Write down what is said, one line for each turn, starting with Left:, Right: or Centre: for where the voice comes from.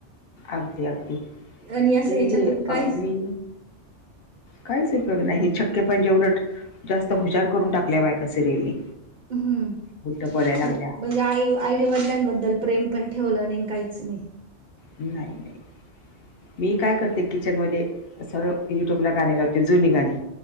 Left: अगदी अगदी
Right: आणि असं
Left: ते
Right: याच्यातून
Left: हे
Right: काहीच
Left: अ मी कायच उपयोग नाही हे छक्के पणजे उलट जास्त हुशार करून टाकल्या बायका सिरियलनी.
Right: हम्म
Left: उलट बोलायला लागल्या
Right: म्हंजे आई आई वडिलांबद्दल प्रेम पण ठेवलं नाही आणि काहीच नाही.
Left: नाही नाही. मी काय करते किचन मध्ये सर्व युट्यूबला गाणी लावते जुनी गाणी